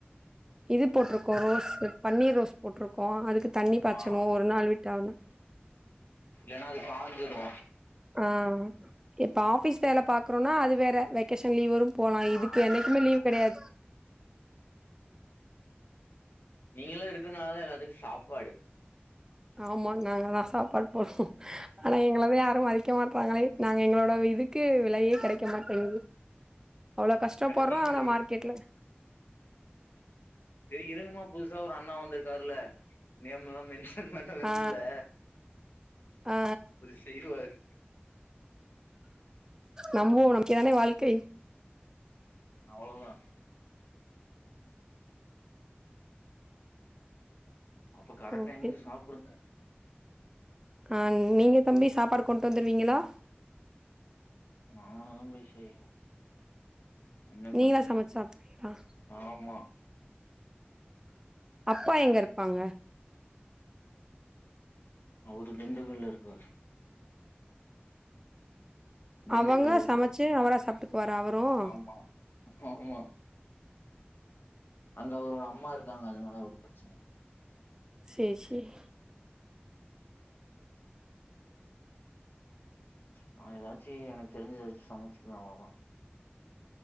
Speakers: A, on the right; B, on the left.
A: இது போட்டிருக்கோ ரோஸ் பன்னீர் ரோஸ் போட்டிருக்கோ அதுக்கு தண்ணி பாய்ச்சணு
B: ஆ
A: ஒரு நாள் விட்டு ஒர்
B: ஏனா அது கஞ்சிடு
A: ஆன் இப்ப ஆபீஸ் வேல பாக்றோனா அது வேற வெக்கேஷன் லீவ் வருன் போலான் இதுக்கு
B: அது
A: என்னைக்குமே லீவ் கெடையாது
B: நீங்களா இருக்கனாலதா எல்லாத்துக்குன் சாப்பாடு
A: ஆமா நாங்கதா சாப்பாடு போட்றோ ஆனா எங்கள யாருன் மதிக்க மாட்றாங்களே நாங்க எங்களோட இதுக்கு விலையே கிடைக்க மாட்டேங்குது அவ்ளோ கஷ்டப்பட்றோ
B: கெடைக்கு கெடைக்கு
A: ஆனா மார்கெட்ல
B: எ இருங்கமா புதுசா ஒரு அண்ணா வந்திருக்காருல நேம் தா மென் சன் பண்ண விரும்பல
A: ஆ ஆ
B: அவரு செய்வாரு
A: நம்புவோ நம்பிக்கைதான வாழ்க்கை
B: அவ்ளோதா அப்ப கரெட்
A: ஓகே
B: டைமுக்கு சாப்புடுங்க
A: ஆ நீங்க தம்பி சாப்பாடு கொண்டு வந்துருவீங்களா
B: நானா தா போய் செய்யுணு என்ன பண்றது
A: நீங்களா சமைச்சு சாப்டுவீங்களா
B: ஆமா
A: அப்பா எங்க இருப்பாங்க
B: அவரு திண்டுக்கள்ள இருக்காரு திண்டுக்கல்ல
A: அவங்க
B: இருக்காரு
A: சமைச்சு அவரா சாப்ட்டுகுவாரா அவருன்
B: ஆமா ஆமா அங்க அவரோட அம்மா இருக்காங்க அதனால ஒரு ப்ரச்சனையு இல்ல
A: சேரி சேரி
B: நா ஏதாச்சு எனக்கு தெரிஞ்சத சமச்சுக்குவே அவளதா